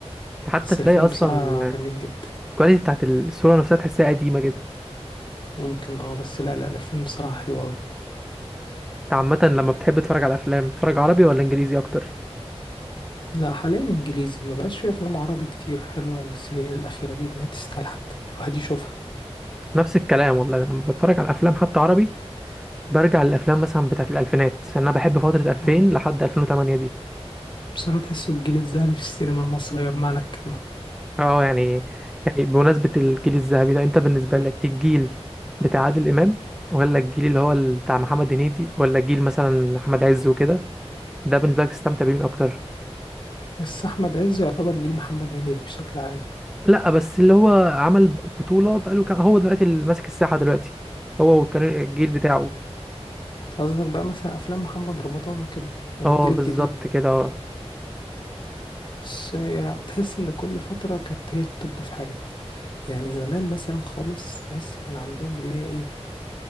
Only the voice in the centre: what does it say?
ده حتى
تلاقي
اصلا
الكواليتي بتاعت الصوره نفسها تحسها قديمه كده
انت عامه لما بتحب تتفرج على افلام بتتفرج عربي ولا انجليزي اكتر
نفس الكلام والله لما بتفرج على افلام حتى عربي برجع للافلام مثلا بتاعت الالفينات لان انا بحب فتره 2000
لحد 2008 دي
اه يعني يعني بمناسبه الجيل الذهبي ده انت بالنسبه لك الجيل بتاع عادل امام ولا الجيل اللي هو ال- بتاع محمد هنيدي ولا الجيل مثلا احمد عز وكده ده بالنسبه لك استمتع بيه من اكتر
لا بس اللي هو عمل بطوله بقاله كام هو دلوقتي اللي ماسك الساحه دلوقتي هو وكان الجيل بتاعه
اه
بالظبط
كده اه